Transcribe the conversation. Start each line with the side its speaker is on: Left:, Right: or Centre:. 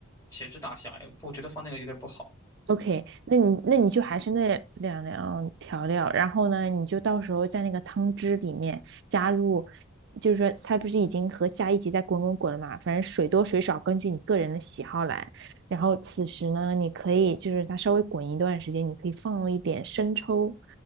Left: 茄汁大虾，不我觉得放那个有点不好。
Right: OK，那你那你就还是那两样调料，然后呢，你就到时候在那个汤汁里面加入，就是说它不是已经和下一集在滚滚滚了嘛，反正水多水少根据你个人的喜好来。然后此时呢，你可以就是它稍微滚一段时间，你可以放一点生抽，